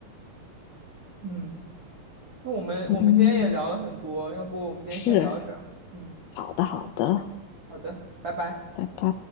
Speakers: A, on the right; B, on the left.
A: <laughs> 嗯，那我们我们今天也聊了很多，
B: 嗯，
A: 要不我们今天先聊着。
B: 是，
A: 嗯，
B: 好的，好的，
A: 好的，拜拜。
B: 拜拜。